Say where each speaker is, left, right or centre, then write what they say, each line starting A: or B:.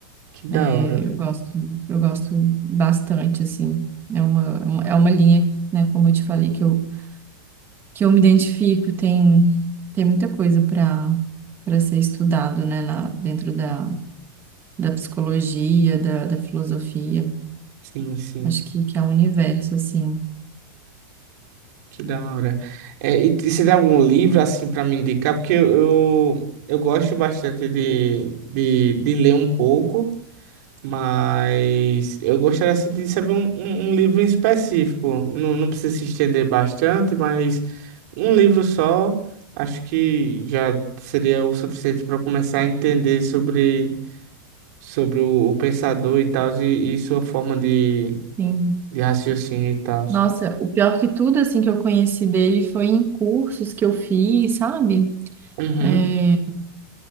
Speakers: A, on the right (about 50°); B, on the right (about 20°).
A: que da
B: É,
A: hora,
B: eu gosto, eu gosto bastante, assim. É uma, é uma linha, né, como eu te falei, que eu, que eu me identifico, tem, tem muita coisa para para ser estudado, né, na, dentro da, da psicologia, da, da filosofia.
A: sim, sim.
B: Acho que, que é um universo, assim.
A: Que da hora. É, e t- você tem algum livro assim para me indicar? Porque eu, eu, eu gosto bastante de, de, de ler um pouco, mas eu gostaria assim, de saber um, um, um livro em específico. Não, não precisa se estender bastante, mas um livro só acho que já seria o suficiente para começar a entender sobre, sobre o, o pensador e tal, e, e sua forma de,
B: Sim.
A: de raciocínio e tal.
B: Nossa, o pior que tudo, assim, que eu conheci dele foi em cursos que eu fiz, sabe?
A: Uhum.
B: É,